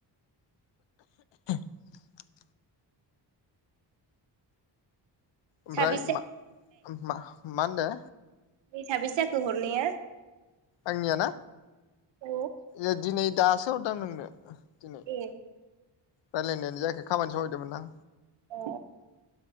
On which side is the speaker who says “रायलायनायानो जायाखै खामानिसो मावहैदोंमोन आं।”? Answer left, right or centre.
Left